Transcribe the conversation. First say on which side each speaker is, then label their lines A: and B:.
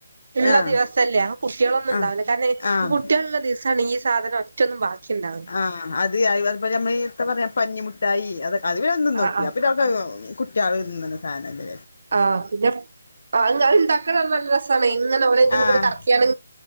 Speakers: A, on the right; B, on the left.
A: ഉള്ള
B: ആഹ്
A: ദിവസമല്ലേ ആ കുട്ടികളൊന്നും ഉണ്ടാവില്ല
B: ആഹ്
A: കാരണം
B: ആഹ്
A: ഈ കുട്ടികള ഉള്ള ദിവസാണ് ഈ സാധനം- ഒറ്റന്നും ബാക്കിണ്ടാവും
B: ആഹ് അത് അതുപോലെ നമ്മളീ എന്താ പറയാ പഞ്ഞിമുട്ടായി അതൊ അത് പിന്നെ ഞാനൊന്ന് തിന്നോക്കി.
A: ആഹ് ആഹ്
B: അ- <unintelligible> കുട്ട്യാൾ തിന്ന്ണ ഒരു സാധനം അല്ലെ
A: ആഹ് പിന്നെ. ആ അത് ഇണ്ടാക്കണ നല്ല രസാണ് ഇങ്ങനെ ഓൽ അയ്ന്റെ ഉള്ളുകൂടെ
B: ആഹ്
A: കറക്കിയാണ്.